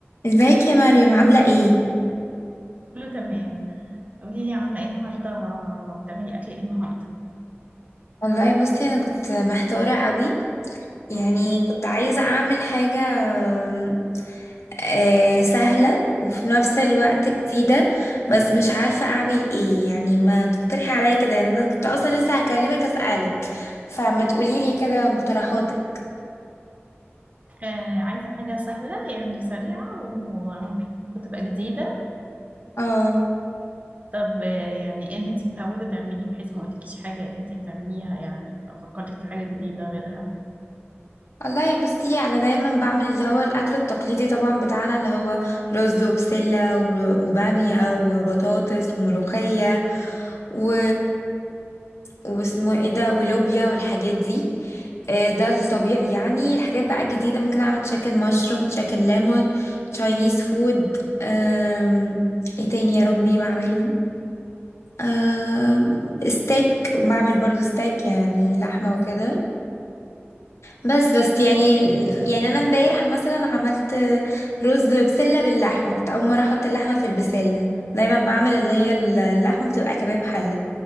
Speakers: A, on the left (about 85°); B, on the right (about 35°).
A: ازيك يا مريم عاملة ايه؟
B: كله تمام قولي لي عامله ايه النهارده بتعملي اكل ايه النهارده
A: والله بصي انا كنت محتارة قوي يعني
B: امم
A: كنت عايزة اعمل حاجة آم، آه، سهلة وفي نفس الوقت
B: مم.
A: جديدة بس مش عارفة اعمل ايه يعني ما تقترحي عليا كده يعني انا كنت اصلا لسه هكلمك اسألك فما تقوليلي كده مقترحاتك
B: آه عايزه حاجه سهله يعني سريعه و... وتبقى جديده
A: اه
B: طب آه، يعني ايه اللي انت متعوده تعمليه بحيث ما اقولكيش حاجه انت بتعمليها يعني ففكرتك في حاجه جديده غيرها
A: والله بصي انا دايما بعمل اللي هو الاكل التقليدي طبعا بتاعنا اللي هو رز وبسله و- وباميه وبطاطس وملوخيه و... واسمه ايه ده ولوبيا والحاجات دي آه، ده الطبيعي يعني الحاجات بقى الجديده ممكن اعمل تشيكن مشروم تشيكن ليمون تشاينيز فود آم، ايه تاني يا ربي بعمله آم، ستيك بعمل برضو ستيك يعني لحمه وكده بس بس يعني يعني انا امبارح مثلا عملت رز بسله باللحمه كنت اول مره احط اللحمه في البسله دايما بعمل اللي هي اللحمه بتبقى كباب حله